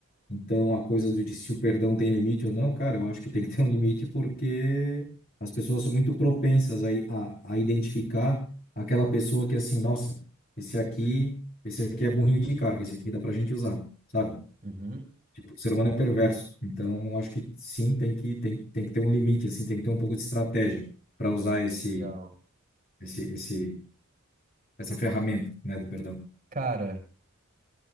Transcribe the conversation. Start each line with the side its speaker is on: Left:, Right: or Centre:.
Left: então, a coisa do- de se o perdão tem limite ou não, cara, eu acho que tem que ter um limite porque as pessoas são muito propensas a, a, a identificar aquela pessoa que, é assim, nossa, esse aqui, esse aqui é burrinho de carga, esse aqui dá pra gente usar, sabe?
Right: uhum.
Left: Tipo, o ser humano é perverso. Então, eu acho que sim, tem que, tem, tem que ter um limite, assim, tem que ter um pouco de estratégia para usar esse,
Right: Legal.
Left: esse, esse, essa ferramenta, né, do perdão.
Right: Cara,